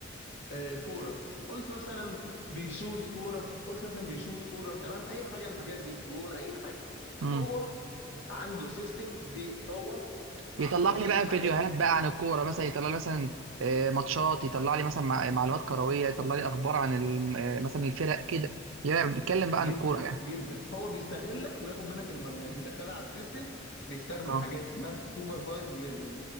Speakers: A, on the left; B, on the right.
A: آه، كوره قلت مثلا بيشوط كوره قلت مثلا بيشوط كوره تمام اي حاجه من الحاجات دي جون اي حاجه
B: امم
A: هو عنده سيستم بيتطور
B: يطلع
A: عن طريق
B: لي بقى
A: حاجات
B: فيديوهات بقى عن الكوره مثلا يطلع لي مثلا آه، ماتشات يطلع لي مثلا مع- معلومات كرويه يطلع لي اخبار عن ال- آه، مثلا الفرق كده يعني بيتكلم بقى
A: جدا
B: عن الكوره يعني
A: جدا هو بيستغلك وياخد منك المعلومات يدخلها على السيستم بيستخدم
B: اه
A: حاجات اسمها سوبرفايزد ليرنينج